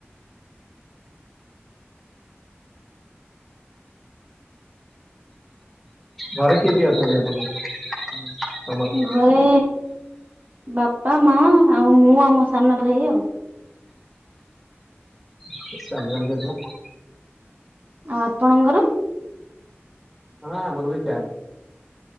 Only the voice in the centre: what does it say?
ଘରେ କିଏ କିଏ ଅଛନ୍ତି ଆପଣ ଙ୍କର ହୁଁ ତମର।
ଏଇ ଚାରି ଜଣ ମେମ୍ବର।
ନା ନା ଆମର ବି ଚାରି।